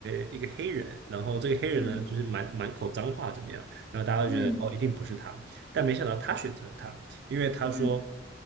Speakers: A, on the right; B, in the centre.
A: 一个黑人，然后这个黑人呢就是满满口脏话怎么样，
B: 嗯
A: 然后大家都觉得哦一定不是他，
B: 嗯
A: 但没想到他选择了他，因为他说
B: 嗯